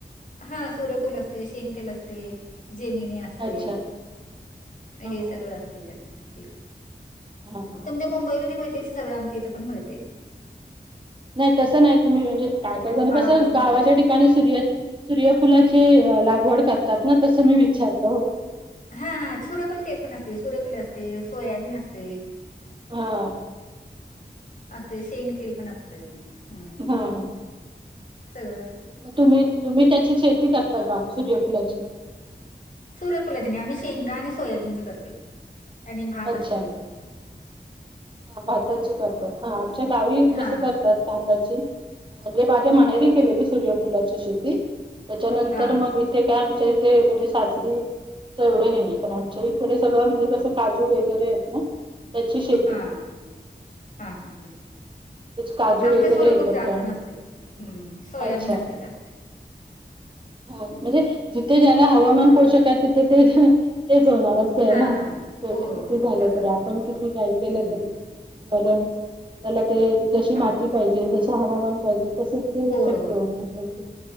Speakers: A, on the left; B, on the right.
A: हा सूर्यफूल असतय, शेंगतेल असतय, जेमिनी असतय.
B: अच्छा
A: हे
B: हा हा
A: सगळं असतयं त्यात ते
B: <inaudible>
A: तुमच्या मुंबईमध्ये मिळतंय ते सगळं आमच्या इथं पण मिळतंय
B: नाही तसं नाही तुम्ही म्हणजे, काय काय जण
A: मावाचा
B: कसं
A: मुलगा
B: गावाच्या
A: आहे
B: ठी ठिकाणी सूर्य, सूर्यफुलाची लागवड करतात ना तसं मी विचारलं हो
A: हा, हा सूर्यफूल तेल पण असतय, सूर्यफूल असतय, सोयाबीन असतय.
B: हां
A: असतय, शेंगतेल पण असतय, हम्
B: हा हा
A: सगळं असतय.
B: तुम्ही, तुम्ही त्याची शेती करता का सूर्यफुलाची?
A: सूर्यफुलाची नाही, आम्ही शेंगा आणि सोयाबीनच करतोय आणि भात
B: अच्छा
A: असतय.
B: हा भाताची करतात, हा आमच्या गावी
A: हा
B: कसं करतात भाताची, म्हणजे माझ्या माहेरी केलेली सूर्यफुलाची शेती त्याच्यानंतर
A: हा
B: मग इथे काय आमच्या इथे म्हणजे सासरी एवढं हे नाही, पण आमच्या इकडं सगळं म्हणजे कसं काजू वगैरे आहेत ना, त्याची <unintelligible>
A: हा हा हा हा
B: काजू
A: आमच्या
B: वगैरे
A: सूर्यफूल
B: हे करतो
A: जास्त
B: आम्ही
A: नसते. हम्म, सोयाबीन
B: अच्छा
A: असतय जास्त
B: <inaudible> हा म्हणजे, जिथे ज्याला हवामान पोषक हाय तिथे ते तेच होणार हाय.
A: हा
B: हो ना
A: हा
B: शेवटी
A: हो हो
B: किती
A: हो
B: झालं
A: तसं
B: तरी
A: असते.
B: आपण किती काही <unintelligible>
A: हम्म.
B: त्याला ते जशी
A: हा
B: माती पाहिजे जसं हवामान ते तस ते
A: होय
B: शक्य होणार, शेवटी